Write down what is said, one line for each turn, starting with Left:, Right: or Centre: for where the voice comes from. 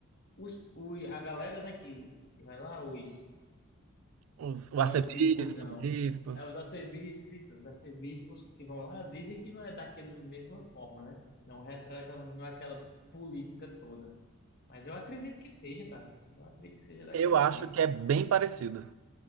Left: os, o, a galera, né, que, que vai lá, os,
Right: Os, o
Left: não
Right: arcebispos,
Left: é os bispos, não.
Right: bispos.
Left: É os arcebispos, isso, os arcebispos que vão lá dizem que não é daquela mesma forma, né? Não retrata, não é aquela política toda. Mas eu acredito que seja, cara. Eu acredito que seja daquele
Right: Eu acho
Left: jeito.
Right: que é bem parecido.